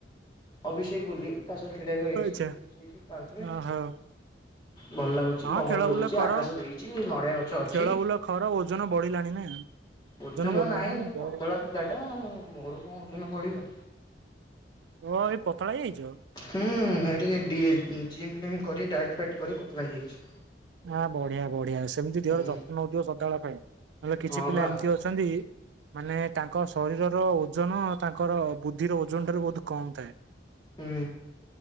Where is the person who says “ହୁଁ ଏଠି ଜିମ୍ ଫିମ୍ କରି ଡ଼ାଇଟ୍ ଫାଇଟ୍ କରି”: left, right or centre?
Left